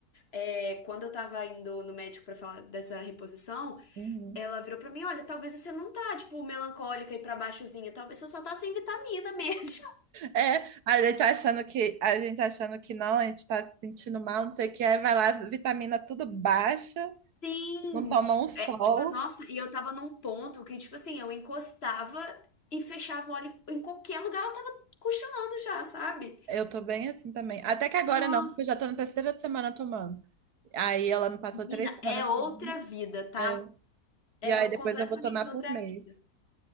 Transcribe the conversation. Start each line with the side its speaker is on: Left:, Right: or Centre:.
Left: É, quando eu tava indo no médico pra falar dessa reposição,
Right: Uhum.
Left: ela virou pra mim: olha, talvez você não tá, tipo, melancólica e pra baixozinha. Talvez você só tá sem vitamina mesmo.
Right: É, a gente achando que a gente achando que não, a gente está se sentindo mal, não sei o que, aí vai lá, vitamina tudo baixa,
Left: <laughs> Sim!
Right: não toma um sol.
Left: É, tipo, nossa, e eu tava num ponto que, tipo assim, eu encostava e fechava o olho em qualquer lugar, eu tava cochilando já, sabe?
Right: Eu tô bem assim também. Até que agora
Left: Nossa.
Right: não, porque eu já tô na terceira semana tomando. Aí ela me passou
Left: Menina,
Right: três semanas
Left: é outra
Right: seguidas,
Left: vida, tá?
Right: é,
Left: É
Right: e aí depois
Left: completamente
Right: eu vou tomar
Left: outra
Right: por mês.
Left: vida.